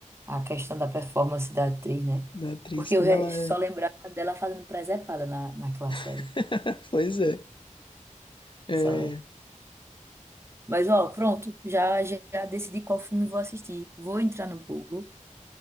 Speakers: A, on the right; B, on the left.
A: a questão da performance da atriz, né?
B: da atriz,
A: Porque
B: como
A: eu re-
B: ela
A: só
B: é.
A: lembrava dela fazendo presepada na, naquela série.
B: <laughs> Pois é. É,
A: Só. Mas, ó, pronto, já, já decidi qual filme vou assistir. Vou entrar no Google,